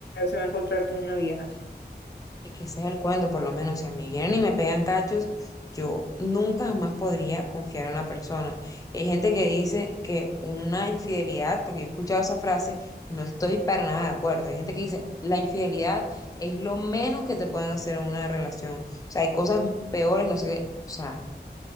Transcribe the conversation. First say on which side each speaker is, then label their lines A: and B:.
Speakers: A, on the left; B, on the left.
A: se va a encontrar con una vieja.
B: Es que ese es el cuento, por lo menos si a mí vienen y me pegan cachos, yo nunca jamás podría confiar en la persona. Hay gente que dice que una infidelidad, porque yo he escuchado esa frase, no estoy para nada de acuerdo. Hay gente que dice, la infidelidad es lo menos que te pueden hacer en una relación. O sea, hay cosas peores, no sé qué. O sea,